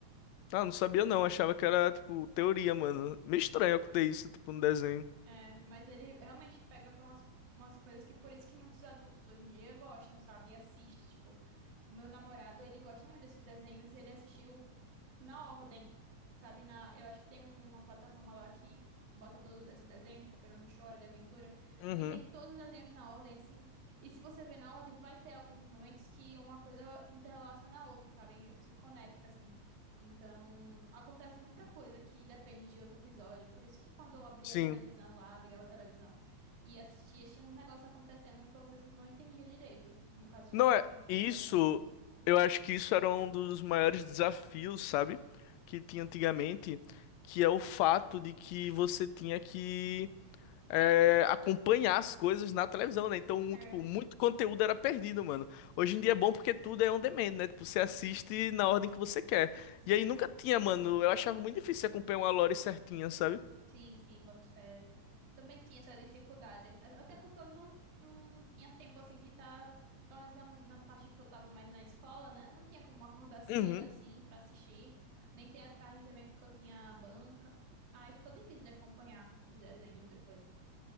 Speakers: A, on the left; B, on the right.
A: Ah, não sabia não. Achava que era, tipo, teoria, mano. Meio estranho acontecer isso, tipo, no desenho.
B: É, mas ele realmente pega por umas, umas coisas que por isso que muitos adultos hoje em dia gostam, sabe? E assiste, tipo, o meu namorado, ele gosta muito desses desenhos e ele assistiu na ordem, sabe? Na, eu acho que tem uma plataforma lá que bota todos esses desenhos, tipo apenas o Chora, de Aventura,
A: Uhum.
B: e tem todos os desenhos na ordem, assim. E se você vê na ordem, vai ter alguns momentos que uma coisa interrelaciona a outra, sabe? Se conecta, assim. Então, acontece muita coisa que depende de outro episódio. Por isso que quando eu abria
A: Sim.
B: a televisão lá, ligava a televisão e assistia, tinha um negócio acontecendo que eu, às vezes eu não entendia direito. No caso de
A: Não
B: Hora de
A: é.
B: Aventura,
A: Isso.
B: sabe?
A: Eu acho que isso era um dos maiores desafios, sabe? Que tinha antigamente, que é o fato de que você tinha que é, acompanhar as coisas na televisão, né? Então,
B: É,
A: tipo, muito conteúdo era perdido, mano. Hoje em dia é bom porque tudo é on demand, né? Tipo, você assiste na ordem que você quer.
B: sim.
A: E aí nunca tinha, mano. Eu achava muito difícil acompanhar uma lore certinha, sabe?
B: Sim, sim, boto fé. Também tinha essa dificuldade. a- Até porque eu não, não tinha tempo assim de estar, pelo menos na, na parte que eu estava mais na escola, né? Não tinha como acordar cedo
A: Uhum.
B: assim para assistir, nem ter a tarde também porque eu tinha a banca. Aí ficou difícil de acompanhar os desenhos depois.